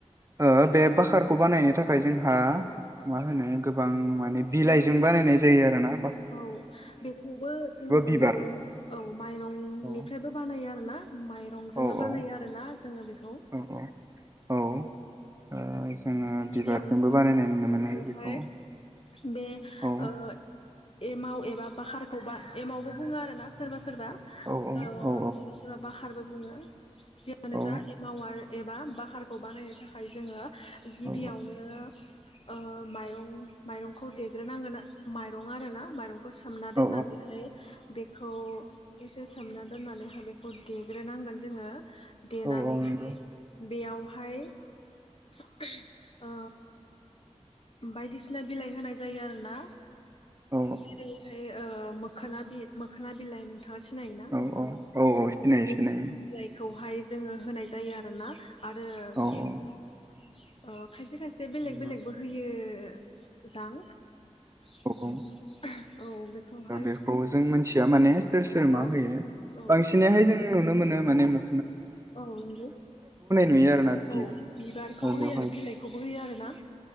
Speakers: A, on the right; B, on the left.
A: ओ बे बाखारखौ बानायनो थाखाय जोंहा मा होनो गोबां माने बिलाइजों बानायनाय जायो आरो ना
B: औ बेखौबो जोंङो
A: बिबार
B: माइरं औ माइरंनिफ्रायबो
A: औ
B: बानायो आरोना माइरंजोंनो
A: औ
B: बानायो
A: औ
B: आरोना जोंङो बेखौ
A: औ औ औ ओ जोंङो
B: गिबियावनो
A: बिबारजोंबो
B: जोङो
A: बानायनाय
B: माइरंखौहाय
A: नुनो मोननाय बेखौ
B: <inaudible> बे
A: औ
B: ओ एमाव एबा बाखारखौ बा एमावबो बुङो आरो ना सोरबा सोर सोरबा
A: औ
B: ओ
A: औ
B: सोरबा सोरबा बाखा खारबो बुङो जियानो
A: औ
B: जा एमाव आरो एबा बाखारखौ बानायनो थाखाय जोङो गिबियावनो
A: औ
B: ओ माइरं माइरंखौ देग्रोनांगोन माइ दं आरो ना मायरं सोमना दोननानैहाय
A: औ
B: बेखौ एसे सोमना दोननानैहाय बे खौ देग्रोनांगोन जोंङो देनानैहाय
A: औ औ नंगौ
B: बेयाव हाय <unintelligible> ओ बायदिसिना बिलाइ होनाय जायो आरोना
A: औ
B: जेरै हाय ओ मो मोखोना बि मोखोना बिलाइ नों थांङा सिनायोना
A: औ
B: मोखोना बिबारखौ
A: औ औ सिनायो
B: बेनि
A: सिनायो
B: बिलाय खौहाय जोङो होनाय जायो आरोना आरो ओ
A: औ औ
B: खायसे खायसे बेलेग
A: नंगौ
B: बेलेगबो होयो जां <unintelligible>
A: औ औ
B: औ बेखौहाय
A: दा बेखौ जों मिथिया माने सोर सोर
B: औ
A: मा होयो
B: औ
A: बांसिनाहाय जों नुनो मोनो माने मो
B: औ नंगौ
A: नुयो आरोना बि
B: औ बिबारखौबो
A: ओ बेवहाय
B: होयो बिलाइखौबो होयो आरोना